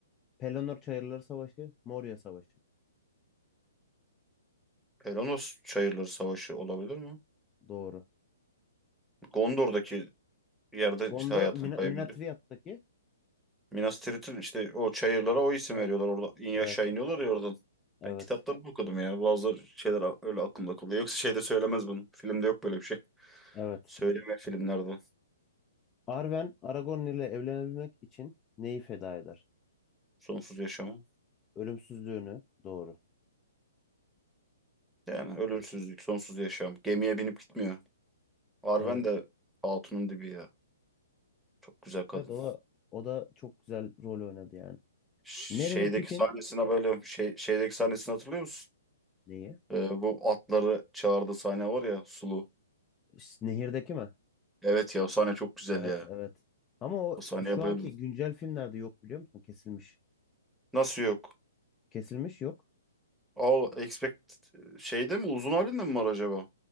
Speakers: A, on the left; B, in the centre.
A: Pelennor Çayırları Savaşı, Moria Savaşı.
B: Pelonos Çayırları Savaşı olabilir mi?
A: Doğru.
B: Gondor'daki yerde
A: Gondo
B: işte hayatını
A: Mina,
B: kaybediyor.
A: Minatriyat'taki
B: Minas Tirith'in işte o çayırlara o isim
A: Evet,
B: veriyorlar. Orada in
A: evet,
B: aşağı iniyorlar ya oradan.
A: evet,
B: Ben kitaplarımı okudum ya. Bazı şeyler a- öyle aklımda kalıyor. Yoksa şeyde söylemez bunu. Filmde yok böyle bir şey.
A: evet.
B: Söyleme filmlerde.
A: Arwen Aragorn ile evlenebilmek için neyi feda eder?
B: Sonsuz yaşamı.
A: Ölümsüzlüğünü. Doğru.
B: Yani ölümsüzlük, sonsuz yaşam. Gemiye binip gitmiyor. Arwen
A: Evet.
B: de hatunun dibi ya. Çok güzel kadın.
A: Evet o da, o da çok güzel rol oynadı yani.
B: Şeydeki
A: Merry ve Pippin
B: sahnesine böyle şey, şeydeki sahnesini hatırlıyor musun?
A: neyi?
B: Ee, bu atları çağırdığı sahne var ya Sulu.
A: Ş- Nehirdeki mi?
B: Evet ya o sahne çok güzel
A: Evet,
B: ya.
A: evet. Ama o
B: O sahneye
A: şu anki
B: bayıldım.
A: güncel filmlerde yok biliyor musun? Kesilmiş.
B: Nasıl yok?
A: Kesilmiş yok.
B: All Expect şeyde mi uzun halinde mi var acaba?